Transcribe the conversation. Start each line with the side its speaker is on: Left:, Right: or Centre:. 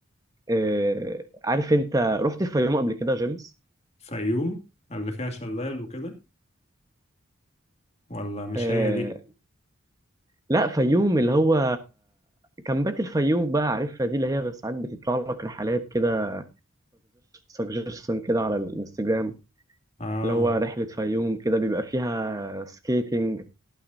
Right: آه عارف انت رحت الفيوم قبل كده يا جيمس
Left: فيوم اللي فيها شلال وكده ولا مش
Right: آه
Left: هي دي
Right: لا فيوم اللي هو كامبات الفيوم بقى عارفها دي اللي هي ساعات بتطلع لك رحلات كده سجشن كده على الانستجرام
Left: اه
Right: اللي هو رحلة فيوم كده بيبقى فيها سكيتنج